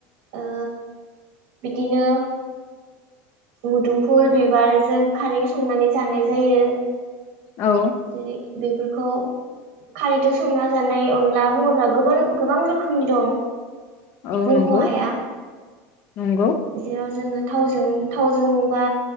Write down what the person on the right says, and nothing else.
आ बिदिनो मोदुमफुल बिबारजों खारै संनानै जानाय जायो
जेरै बेफोरखौ खारैद' संना जानाय अनला बुङोब्ला गोबां गोबां रोखोमनि दं
बुंख'
हाया
जेराव जोङो थावजों थावजों बा